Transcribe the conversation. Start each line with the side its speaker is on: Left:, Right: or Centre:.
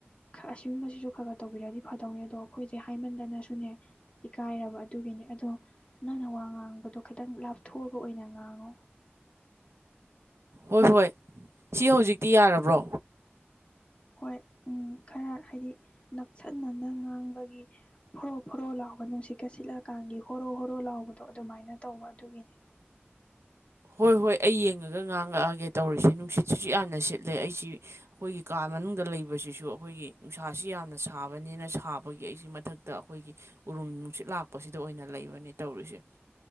Left: ꯑꯁꯤꯒꯨꯝꯕꯁꯤꯁꯨ ꯈꯔ ꯈꯔ ꯇꯧꯕꯤꯔꯗꯤ ꯐꯗꯧꯅꯤ ꯑꯗꯣ ꯑꯩꯈꯣꯏꯁꯦ ꯍꯥꯏꯃꯟꯗꯅꯁꯨꯅꯦ ꯏꯀꯥꯏꯔꯕ ꯑꯗꯨꯒꯤꯅꯦ ꯑꯗꯣ ꯅꯪꯅ ꯋꯥ ꯉꯥꯡꯕꯗꯣ ꯈꯤꯇꯪ ꯂꯥꯞꯊꯣꯛꯑꯒ ꯑꯣꯏꯅ ꯉꯥꯡꯉꯣ
Right: ꯍꯣꯏ ꯍꯣꯏ ꯁꯤ ꯍꯧꯖꯤꯛ ꯇꯤ ꯌꯥꯔꯕ꯭ꯔꯣ
Left: ꯍꯣꯏ ꯎ ꯈꯔ ꯍꯥꯏꯗꯤ ꯅꯛꯁꯟꯅꯅ ꯉꯥꯡꯕꯒꯤ ꯐꯣꯔꯣꯛ ꯐꯣꯔꯣꯛ ꯂꯥꯎꯕ ꯅꯨꯡꯁꯤꯠꯀ ꯁꯤꯠꯂꯀꯥꯟꯒꯤ ꯍꯣꯔꯣ ꯍꯣꯔꯣ ꯂꯥꯎꯕꯗꯣ ꯑꯗꯨꯃꯥꯏꯅ ꯇꯧꯕ ꯑꯗꯨꯒꯤꯅꯤ
Right: ꯍꯣꯏ ꯍꯣꯏ ꯑꯩ ꯌꯦꯡꯉꯒ ꯉꯥꯡꯉꯛꯑꯒꯦ ꯇꯧꯔꯤꯁꯦ ꯅꯨꯡꯁꯤꯠꯁꯤꯁꯨ ꯌꯥꯝꯅ ꯁꯤꯠꯂꯦ ꯑꯩꯁꯤ ꯑꯩꯈꯣꯏꯒꯤ ꯀꯥ ꯃꯅꯨꯡꯗ ꯂꯩꯕꯁꯤꯁꯨ ꯑꯩꯈꯣꯏꯒꯤ ꯅꯨꯡꯁꯥꯁꯤ ꯌꯥꯝꯅ ꯁꯥꯕꯅꯦꯅ ꯁꯥꯕꯒꯤ ꯑꯩꯁꯤ ꯃꯊꯛꯇ ꯑꯩꯈꯣꯏꯒꯤ ꯎꯔꯨꯝ ꯅꯨꯡꯁꯤꯠ ꯂꯥꯛꯄꯁꯤꯗ ꯑꯣꯏꯅ ꯂꯩꯕꯅꯦ ꯇꯧꯔꯤꯁꯦ